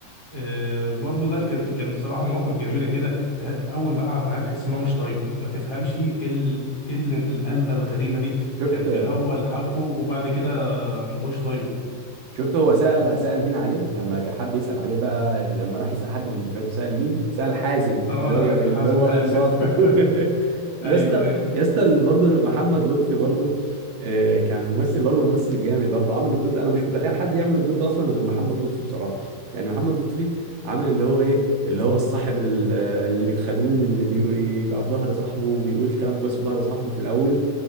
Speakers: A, on the left (about 30°); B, on the right (about 55°).
A: آه، برضه لا كان كان بصراحه مواقف جميله كده ت- اول ما قعد معاه تحس ان هو مش طايقه ما تفهمش ايه ال- إيه ال- القلبه الغريبه دي
B: شفت
A: كان في الاول حبه وبعد كده ماهوش طايقه
B: شفت هو سأل سأل مين عليه لما كان حد يسأل عليه بقى لما راح يسأل حد من دفعته سأل مين سأل حازم
A: اه
B: اللي هو اللي
A: حازم
B: هو
A: حازم
B: اخو مراته
A: <laughs>
B: <laughs> يا
A: ايوه
B: اسطى
A: ايوه
B: يا اسطى برضه محمد لطفي برضه آه، كان ممثل برضه ممثل جامد برضه عمل الدور ده انا مش متخيل حد يعمل الدور ده اصلا غير محمد لطفي بصراحة يعني محمد لطفي عمل اللي هو ايه اللي هو الصاحب ال- اللي بيخدوم اللي بيبقى في ظهر صاحبه وبيقول كلام كويس في ظهر صاحبه في الاول